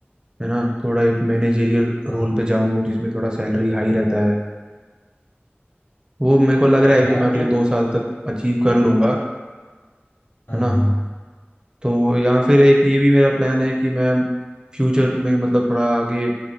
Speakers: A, on the right; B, on the left.
A: है ना थोड़ा एक मैनेजेरियल
B: हाँ
A: रोल पे जाऊँ जिसमें थोड़ा सैलरी हाई रहता है वो मेरे को लग
B: सही
A: रहा
B: है
A: है कि
B: यार
A: मैं अगले
B: तुम
A: दो साल तक अचीव कर लूँगा
B: हाँ
A: है ना
B: हाँ
A: तो या फिर एक ये भी मेरा प्लान है कि मैं फ्यूचर में मतलब थोड़ा आगे